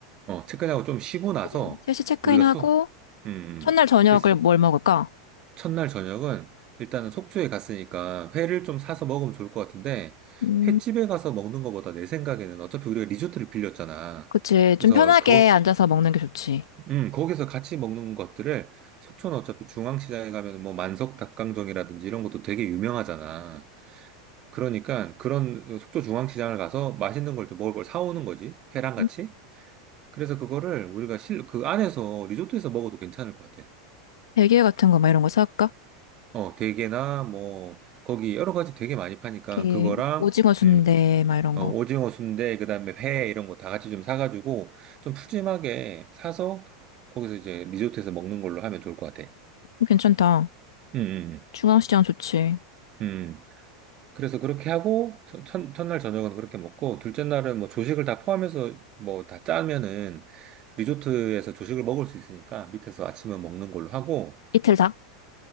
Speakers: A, on the right (about 40°); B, on the left (about 85°).
A: 어, 체크인하고 좀 쉬고 나서
B: 음. 3시 체크인하고,
A: 우리가 소, 음,
B: 첫날
A: 음,
B: 저녁을
A: 셋이
B: 뭘 먹을까?
A: 첫날 저녁은 일단은 속초에 갔으니까 회를 좀 사서 먹으면 좋을 것 같은데
B: 음,
A: 횟집에 가서 먹는 것보다 내 생각에는 어차피 우리가 리조트를 빌렸잖아.
B: 그치.
A: 그래서
B: 좀 편하게
A: 거,
B: 앉아서 먹는 게 좋지.
A: 음, 거기서 같이 먹는 것들을 속초는 어차피 중앙시장에 가면 뭐 만석 닭강정이라든지 이런 것도 되게 유명하잖아. 그러니까 그런 속초 중앙시장을 가서 맛있는 걸 좀 먹을 걸 사오는 거지. 회랑 같이.
B: 음.
A: 그래서 그거를 우리가 실, 그 안에서 리조트에서 먹어도 괜찮을 것 같아.
B: 대게 같은 거, 막 이런 거 사갈까?
A: 어, 대게나 뭐 거기 여러 가지 되게 많이 파니까
B: 이렇게,
A: 그거랑
B: 오징어 순대,
A: 음,
B: 막 이런
A: 어,
B: 거.
A: 오징어 순대 그다음에 회 이런 거 다 같이 좀 사가지고 좀 푸짐하게 사서 거기서 이제 리조트에서 먹는 걸로 하면 좋을 것 같아.
B: 음, 괜찮다.
A: 음, 음,
B: 중앙시장 좋지.
A: 음. 음. 그래서 그렇게 하고 첫, 첫- 첫날 저녁은 그렇게 먹고 둘째 날은 뭐 조식을 다 포함해서 뭐 다 짜면은 리조트에서 조식을 먹을 수 있으니까 밑에서 아침은 먹는 걸로 하고
B: 이틀 다?